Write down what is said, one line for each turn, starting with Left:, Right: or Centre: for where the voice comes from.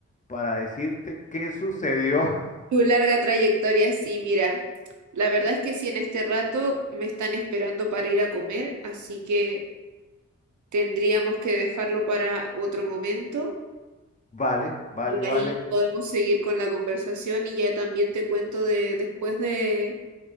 Left: para decirte qué sucedió. <laughs>
Right: Tu larga trayectoria, sí, mira. La verdad es que sí, en este rato me están esperando para ir a comer, así que tendríamos que dejarlo para otro momento
Left: Vale, vale,
Right: y
Left: vale.
Right: ahí podemos seguir con la conversación y ya también te cuento de después de